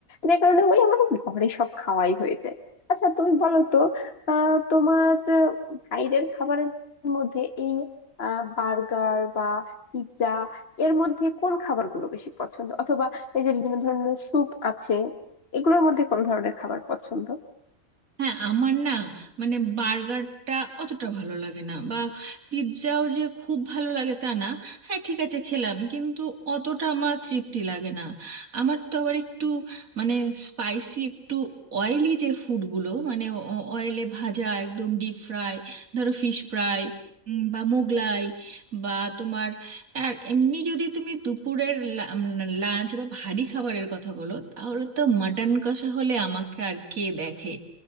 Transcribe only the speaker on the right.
হ্যাঁ আমার না মানে বার্গারটা অতটা ভালো লাগে না বা পিৎজাও যে খুব ভালো লাগে তা না হ্যাঁ ঠিক আছে খেলাম কিন্তু অতটা আমার তৃপ্তি লাগে না আমার তো আবার একটু মানে স্পাইসি একটু অয়েলি যে ফুডগুলো মানে অয়েলে ভাজা একদম ডিপ ফ্রাই ধরো ফিশ ফ্রাই বা মোগলাই বা তোমার আর এমনি যদি তুমি দুপুরের লাঞ্চ বা ভারী খাবারের কথা বলো তাহলে তো মাটন কষা হলে আমাকে আর কে দেখে